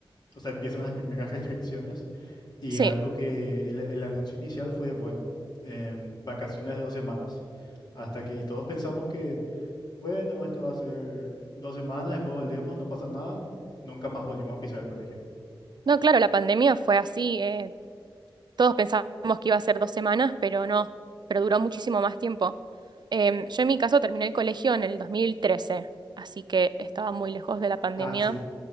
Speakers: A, on the left; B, on the right.
A: O sea, empiezan las primeras restricciones y
B: Sí,
A: algo que el, el anuncio inicial fue, bueno, em, vacaciones de dos semanas. Hasta que, y todos pensamos que, bueno, esto va a ser dos semanas, después volvemos, no pasa nada, nunca más volvimos a pisar el colegio.
B: no, claro, la pandemia fue así. eh, todos pensábamos que iba a ser dos semanas, pero no, pero duró muchísimo más tiempo. Em, yo en mi caso terminé el colegio en el 2013, así que estaba muy lejos de la pandemia.
A: Ah, sí,